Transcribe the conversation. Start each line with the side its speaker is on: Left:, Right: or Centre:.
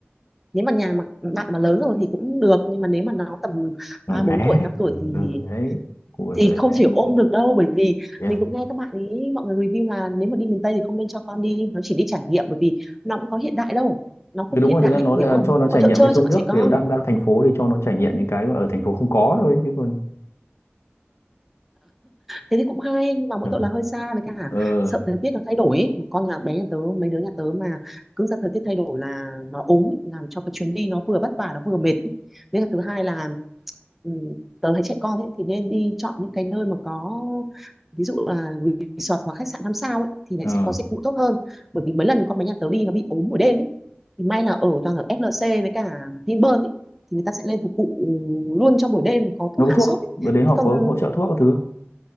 Centre: nếu mà nhà mà bạn mà lớn rồi thì cũng được nhưng mà nếu mà nó tầm
Left: gọi
Centre: ba bốn
Left: bé
Centre: tuổi năm tuổi
Left: ừ,
Centre: thì
Left: đấy của
Centre: thì
Left: tới
Centre: không
Left: bé
Centre: thể ôm được đâu bởi vì
Left: yeah.
Centre: mình cũng nghe các bạn ý mọi người review là nếu mà đi miền Tây thì không nên cho con đi nó chỉ đi trải nghiệm bởi vì nó cũng có hiện đại đâu nó không
Left: đúng
Centre: hiện
Left: rồi
Centre: đại
Left: thực ra nó
Centre: bạn
Left: là
Centre: hiểu không
Left: cho
Centre: nó không
Left: nó trải
Centre: có chỗ
Left: nghiệm
Centre: chơi
Left: với sông
Centre: cho bọn
Left: nước
Centre: trẻ con
Left: kiểu đang đang thành phố thì cho nó trải nghiệm những cái ở thành phố không có thôi chứ còn
Centre: thế thì cũng hay nhưng mà mỗi
Left: <laughs>
Centre: tội là hơi xa với cả
Left: ờ
Centre: sợ thời tiết nó thay đổi ấy. mà con nhà bé nhà tớ mấy đứa nhà tớ mà cứ ra thời tiết thay đổi là nó ốm ấy, làm cho cái chuyến đi nó vừa vất vả nó vừa mệt ấy. với cả thứ hai là ừm, tớ thấy trẻ con ấy thì nên đi chọn những cái nơi mà có ví dụ là resort hoặc khách sạn năm sao ấy thì lại
Left: ờ
Centre: sẽ có dịch vụ tốt hơn bởi vì mấy lần con bé nhà tớ đi nó bị ốm buổi đêm ấy thì may là ở toàn ở FLC với cả Vinpearl ấy thì người ta sẽ lên phục vụ luôn trong buổi đêm có thuốc
Left: nó có
Centre: hạ
Left: thuốc
Centre: sốt ấy.
Left: bữa đấy họ
Centre: Thế còn
Left: có hỗ trợ thuốc các thứ không?